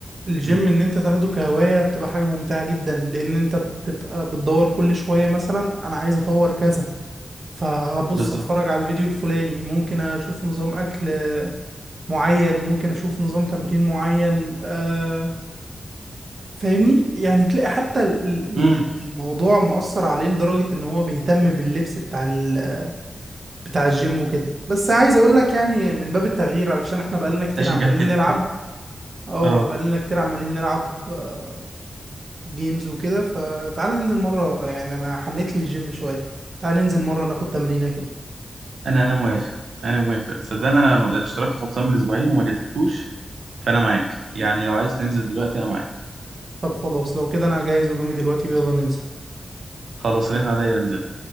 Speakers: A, on the right; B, on the right.
A: الجيم
B: مم.
A: ان انت تاخده كهواية بتبقى حاجة ممتعة جدا لان انت بتبقى بتدور كل شوية مثلا انا عايز اطور كذا فهبص
B: بالظبط
A: اتفرج على الفيديو الفلاني ممكن اشوف نظام اكل معين ممكن اشوف نظام تمرين معين آه فاهمني يعني تلاقي حتى ال- ال- ال-
B: امم
A: الموضوع مؤثر عليه لدرجة ان هو بيهتم باللبس بتاع ال- بتاع الجيم وكده بس عايز اقول لك يعني من باب التغيير علشان احنا بقالنا كتير
B: ده شجعتني
A: عمالين نلعب اه
B: اه
A: بقالنا كتير عمالين نلعب آه، جيمز وكده فتعال ننزل مرة يعني أنا حنيت لي الجيم شوية تعال ننزل مرة ناخد تمرينة كده
B: انا انا موافق انا موافق صدقني انا الاشتراك خلصان من اسبوعين وما جددتوش فانا معاك يعني لو عايز تنزل دلوقتي انا معاك
A: طب خلاص لو كده أنا هجهز هدومي دلوقتي ويلا ننزل
B: خلاص رن عليا انزل